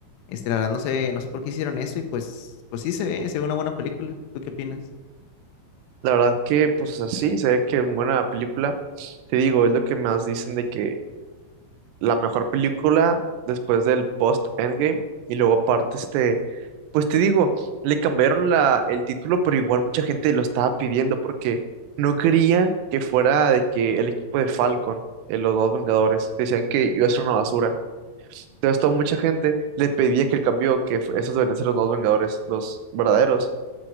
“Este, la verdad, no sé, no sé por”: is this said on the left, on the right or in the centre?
Left